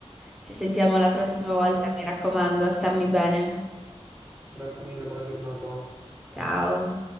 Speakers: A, in the centre; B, on the right (about 15°).
A: ci sentiamo la prossima volta, mi raccomando, stammi bene.
B: grazie mille, buona giornata.
A: Ciao.